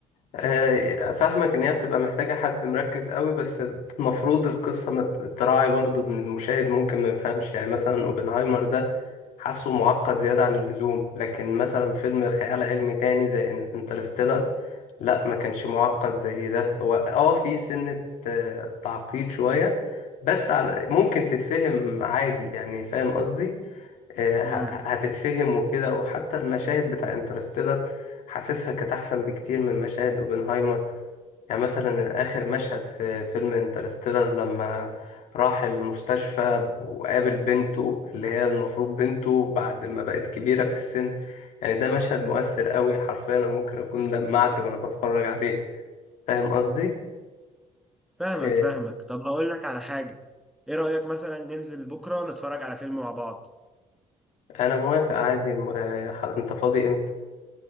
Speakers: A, on the left; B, in the centre.
A: آه، فاهمك ان هي بتبقى محتاجة حد مركز قوي بس المفروض القصة ما ت- تراعي برضو ان المشاهد ممكن ما يفهمش يعني مثلا اوبنهايمر ده حاسه معقد زيادة عن اللزوم لكن مثلا فيلم خيال علمي تاني زي انترستيلر لا ما كانش معقد زي ده هو اه في سنة آه، تعقيد شوية بس على ممكن تتفهم عادي يعني فاهم قصدي آه، ه-
B: امم
A: هتتفهم وكده وحتى المشاهد بتاع انترستيلر حاسسها كانت احسن بكتير من مشاهد اوبنهايمر يعني مثلا اخر مشهد في فيلم انترستيلر لما راح المستشفى وقابل بنته اللي هي المفروض بنته بعد ما بقت كبيرة في السن يعني ده مشهد مؤثر قوي حرفيا انا ممكن اكون دمعت وانا بتفرج عليه فاهم قصدي
B: فاهمك
A: آه،
B: فاهمك طب هقول لك على حاجه ايه رايك مثلا ننزل بكره نتفرج على فيلم مع بعض
A: انا موافق عادي م- آه، ح- انت فاضي امتى